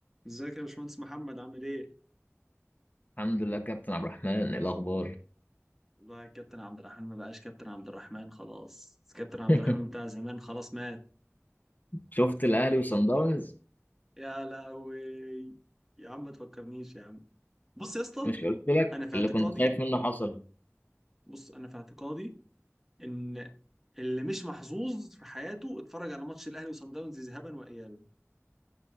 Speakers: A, in the centre; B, on the left.
A: ازيك يا باشمهندس محمد عامل ايه؟
B: الحمد لله كابتن عبد الرحمن إيه الاخبار
A: والله يا كابتن عبد الرحمن ما بقاش كابتن عبد الرحمن خلاص كابتن عبد
B: <laughs>
A: الرحمن بتاع زمان خلاص مات
B: شفت الاهلي
A: <laughs>
B: وصن داونز
A: يا لهوي يا عم ما تفكرنيش يا عم بص يا اسطى
B: مش قلت لك
A: انا في
B: اللي
A: اعتقادي
B: كنت خايف منه حصل
A: بص انا في اعتقادي ان اللي مش محظوظ في حياته اتفرج على ماتش الاهلي وصن داونز ذهابا وايابا